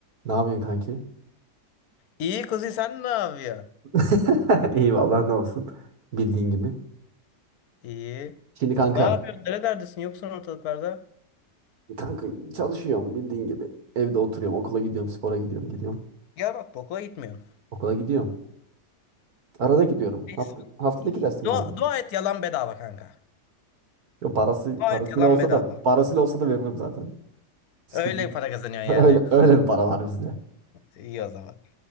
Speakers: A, on the right (about 60°); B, on the left (about 65°).
A: Ne yapıyorsun kanki?
B: İyi kızı sen ne yapıyorsun?
A: <laughs> İyi vallahi ne olsun. Bildiğin gibi.
B: İyi.
A: Şimdi kanka.
B: Ne yapıyorsun? Nerelerdesin? Yoksun ortalıklarda.
A: Kanka çalışıyorum bildiğin gibi. Evde oturuyorum. Okula gidiyorum. Spora gidiyorum. Geliyorum.
B: Ya bak okula gitmiyorsun.
A: Okula gidiyorum. Arada gidiyorum.
B: Neyse.
A: Hafta, haftada
B: İyi.
A: iki dersim
B: Dua,
A: var.
B: dua et yalan bedava kanka.
A: Yo, parası,
B: Dua
A: parasıyla
B: et yalan
A: olsa
B: bedava.
A: da parasıyla olsa da veririm zaten. Sıkıntı.
B: Öyle
A: yok.
B: para kazanıyorsun
A: <laughs>
B: yani.
A: Öyle, öyle bir para var bizde.
B: İyi o zaman.